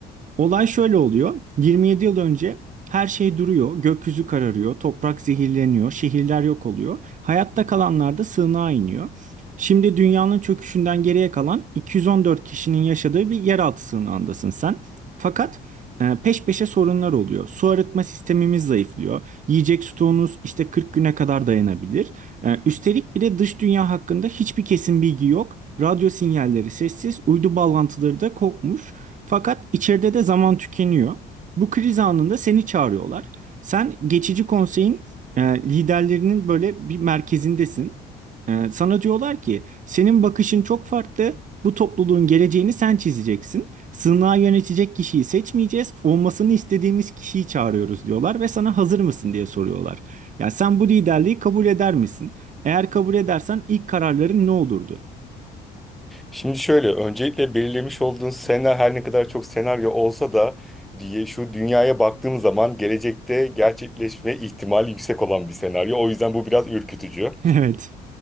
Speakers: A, on the right; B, in the centre.
A: Olay şöyle oluyor. 27 yıl önce her şey duruyor, gökyüzü kararıyor, toprak zehirleniyor, şehirler yok oluyor. Hayatta kalanlar da sığınağa iniyor. Şimdi dünyanın çöküşünden geriye kalan 214 kişinin yaşadığı bir yeraltı sığınağındasın sen. Fakat e, peş peşe sorunlar oluyor. Su arıtma sistemimiz zayıflıyor. Yiyecek stoğunuz işte 40 güne kadar dayanabilir. E, Üstelik bir de dış dünya hakkında hiçbir kesin bilgi yok. Radyo sinyalleri sessiz, uydu bağlantıları da kopmuş. Fakat içeride de zaman tükeniyor. Bu kriz anında seni çağırıyorlar. Sen geçici konseyin e, liderlerinin böyle bir merkezindesin. E, sana diyorlar ki senin bakışın çok farklı. Bu topluluğun geleceğini sen çizeceksin. Sığınağı yönetecek kişiyi seçmeyeceğiz. Olmasını istediğimiz kişiyi çağırıyoruz diyorlar ve sana hazır mısın diye soruyorlar. Ya sen bu liderliği kabul eder misin? Eğer kabul edersen ilk kararların ne olurdu?
B: Şimdi şöyle, öncelikle belirlemiş olduğun senaryo her ne kadar çok senaryo olsa da diye şu dünyaya baktığım zaman gelecekte gerçekleşme ihtimali yüksek olan bir senaryo. O yüzden bu biraz ürkütücü.
A: <laughs> Evet.